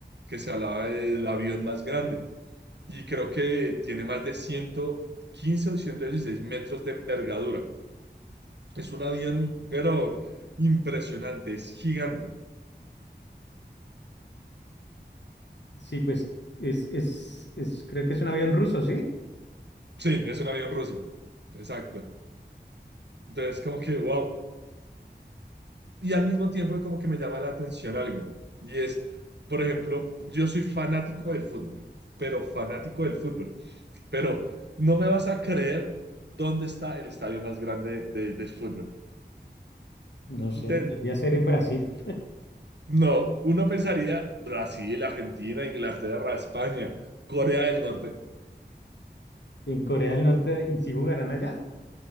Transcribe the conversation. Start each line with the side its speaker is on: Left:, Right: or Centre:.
Right: que se hablaba del avión más grande y creo que tiene más de ciento quince o 116 metros de envergadura. Es un avión, pero impresionante, es gigante.
Left: Sí, pues es, es, es, creo que es un avión ruso, ¿sí?
Right: Sí, es un avión ruso. Exacto. Entonces, como que, wow. Y al mismo tiempo, como que me llama la atención algo. Y es, por ejemplo, yo soy fanático del fútbol, pero fanático del fútbol. Pero no me vas a creer dónde está el estadio más grande de- del fútbol.
Left: No sé,
Right: De-
Left: debería ser
Right: mm,
Left: en Brasil,
Right: no, uno pensaría Brasil, Argentina, Inglaterra, España, Corea del Norte.
Left: en Corea del Norte, ¿y si jugarán allá?